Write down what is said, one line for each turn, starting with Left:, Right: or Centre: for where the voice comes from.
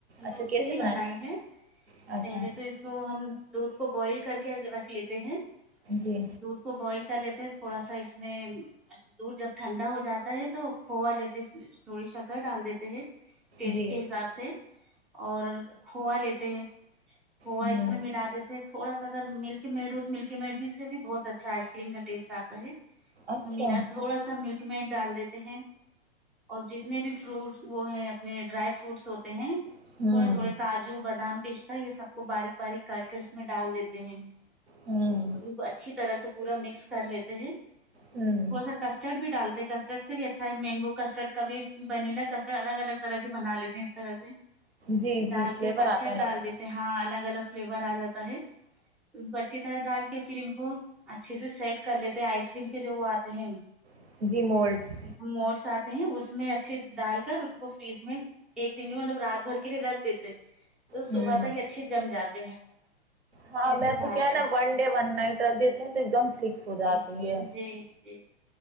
Right: اچھا
Centre: دودھ سے
Right: کیسے
Centre: ہی بنائی ہے
Right: اچھا
Centre: پہلے تو اس کو ہم دودھ کو <unintelligible> بوائل کر کے رکھ لیتے ہیں <unintelligible>
Right: جی
Centre: دودھ کو بوائل <unintelligible> کر لیتے تھوڑا سا اس میں دور جب ٹھنڈا ہو جاتا ہے تو کھوا لیتے اس میں تھوڑی سا <unintelligible> ڈال دیتے ہیں <unintelligible> ٹیسٹ
Right: جی
Centre: کے حساب سے <unintelligible> اور کھووا لیتے ہیں <unintelligible> ہوا
Right: ہوں
Centre: اس میں ملا دیتے تھوڑا سا <unintelligible> اگر ملک میڈ ہو تو ملک میڈ بھی اس سے بھی بہت اچھا آئس کریم کا ٹیسٹ آتا ہے <unintelligible> اس
Right: اچھا
Centre: میں ملا تھوڑا سا ملک میٹ <unintelligible> ڈال دیتے ہیں اور جتنے بھی <unintelligible> فروٹ وہ ہیں اپنے ڈرائی فروٹس ہوتے ہیں <unintelligible>
Right: ہوں
Centre: تھوڑے تھوڑے کاجو بادام پستا یہ سب کو باریک باریک کاٹ کر اس میں ڈال دیتے ہیں <unintelligible>
Right: ہوں
Centre: ان کو اچھی طرح سے پورا مکس کر لیتے ہیں
Right: ہوں
Centre: تھ سا کسٹرڈ بھی ڈال کسٹرڈ سے بھی اچھا ہے مینگو کسٹرڈ کا بھی بنیلا کسٹرڈ الگ الگ طرح کی بنا لیتے ہیں اس طرح سے
Right: جی
Centre: ڈال
Right: جی فلیور
Centre: کے کسٹرڈ
Right: آتے ہیں لگ
Centre: ڈال
Right: رہا
Centre: دیتے ہاں الگ الگ فلیور آ جاتا ہے ان کو اچھی طرح ڈال کے پھر ان کو اچھے سے سیٹ کر لیتے ہیں آئس کریم کے جو وہ آتے ہیں
Right: ہے جی مولڈس
Centre: م ساتھ ہیں اس میں اچھے ڈال کر ان کو فریج میں ایک دن میں مطلب رات بھر کے لیے رکھ دیتے تو
Right: ہوں
Centre: صبح تک ہی اچھی جم جاتا ہیں
Right: ہاں
Centre: پھر اس
Right: میں
Centre: کو کھاتے
Right: تو کیا ہے نا
Centre: ہیں
Right: ون ڈے ون نائٹ رکھ دیتی ہوں تو ایک دم فکس ہو جاتی
Centre: جی
Right: ہے
Centre: جی جی